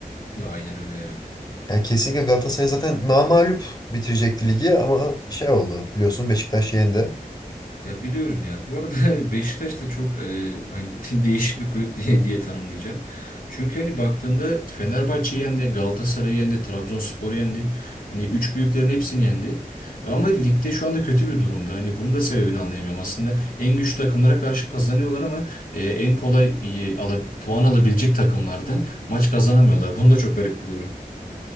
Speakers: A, on the left; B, on the left.
A: Ya aynen öyle ya.
B: Yani kesinlikle Galatasaray zaten namağlup bitirecekti ligi ama şey oldu biliyorsun Beşiktaş yendi.
A: Ya biliyorum ya. Bu arada <laughs> Beşiktaş da çok e, hani <laughs> değişik bir kulüp diye diye tanımlayacağım. Çünkü hani baktığında Fenerbahçe yendi, Galatasaray yendi, Trabzonspor yendi. Hani üç büyüklerin hepsini yendi. Ama ligde şu anda kötü bir durumda. Hani bunun da sebebini anlayamıyorum. Aslında en güçlü takımlara karşı kazanıyorlar ama e, en kolay e, ala- puan alabilecek takımlardan maç kazanamıyorlar. Bunu da çok garip buluyorum.